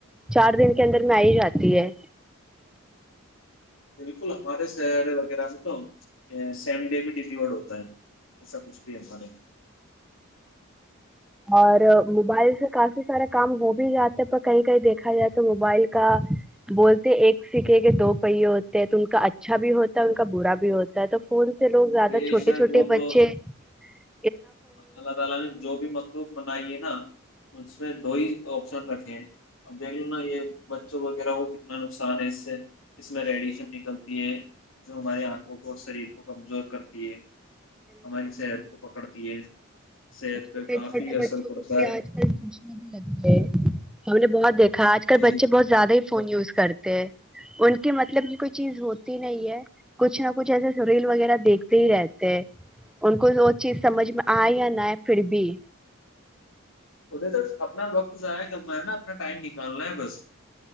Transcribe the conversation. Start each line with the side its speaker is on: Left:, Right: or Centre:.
Centre: چار دن کے اندر میں آ ہی جاتی ہے
Left: بالکل ہمارے سرے وغیرہ میں تو سیم ڈے بھی ڈیلیورڈ ہوتا ہے ای سا کچھ بھی ہم ہمارے میں
Centre: اور موبائل سے کافی سارا کام ہو بھی جاتا ہے پر کہیں کہیں دیکھا جائے تو موبائل کا بولتے ایک سیکھے کہ دو پہیے ہوتے ہیں تو ان کا اچھا بھی ہوتا ہے ان کا برا بھی ہوتا ہے تو فون لو زیادہ
Left: بے
Centre: چوٹے
Left: شک
Centre: چھٹے
Left: وہ
Centre: بچے
Left: تو
Centre: ج <unintelligible>
Left: اللہ تعالی نے جو بھی مخلوق بنائی ہے نا اس میں دو ہی آپشن رکھے اب دیکھ لو نا یہ بچوں وغیرہ کو کتنا نقصان ہے اس سے اس میں ریڈیشن نکلتی ہے جو ہماری آنکھوں کو اور شریر کو کمزور کرتی ہے ہماری صحت کو پکڑ تی ہے صحت
Centre: اور چھوٹے
Left: پہ کافی
Centre: چھوٹے
Left: اثر
Centre: بچوں
Left: پڑتا
Centre: کو بھی
Left: ہے
Centre: آج کل سوچنے بھی لگ گ ہم نے بہت دیکھا آج ک
Left: جی
Centre: بچے بہت زیادہ فون یوز کرتے ہیں ان کے مطلب کی کوئی چیز ہوتی نہیں ہے کچھ نہ کچھ ایسے ریل وغیرہ دیکھتے ہی رہتے ان کو وہ چیز سمجھ میں آئے یا نہئے پھر بھی
Left: اٹے تو اپنا وقت ضائع کرنا ہے نا اپنا ٹائم نکالنا ہے بس